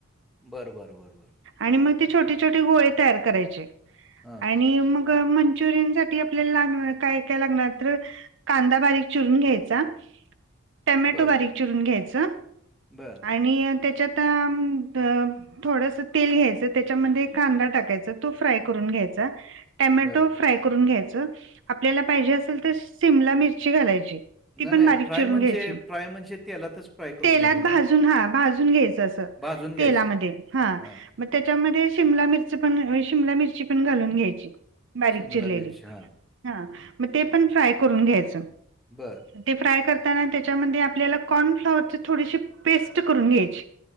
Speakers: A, in the centre; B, on the right (about 55°).
A: बरं बर बरं
B: आणि मग ते छोटे छोटे गोळे तयार करायचे
A: हां.
B: आणि मग मंचुरियन साठी आपल्याला लागणार काय काय लागणार तर कांदा बारीक चिरून घ्यायचा टमॅटो
A: बरं,
B: बारीक चिरून घ्यायचं.
A: बरं
B: आणि त्याच्यात थोडस तेल घ्यायचं त्याच्यामध्ये कांदा टाकायचा तो फ्राय करून घ्यायचा. टमॅटो
A: बरं.
B: फ्राय करून घ्यायचं आपल्याला पाहिजे असेल तर शिमला मिरची घालायची.
A: नाही,
B: ती पण
A: नाही.
B: बारीक
A: फ्राय
B: चिरून
A: म्हणजे
B: घ्यायची
A: फ्राय म्हणजे तेलातच फ्राय करून
B: तेलात
A: घ्यायचं
B: भाजून
A: ना?
B: हा भाजून घ
A: भाजून घ्यायचं.
B: तेलामध्ये हा
A: हां.
B: मग त्याच्यामध्ये शिमला मिरच पण शिमला मिरची पण घालून घ्यायची. बारीक
A: शिमला
B: चिलेली
A: मिरची. हां.
B: हा मग ते पण फ्राय करून घ्यायचं.
A: बरं
B: ते फ्राय करताना त्याच्यामध्ये आपल्याला कॉर्नफ्लाॉवरची थोडीशी पेस्ट करून घ्यायची.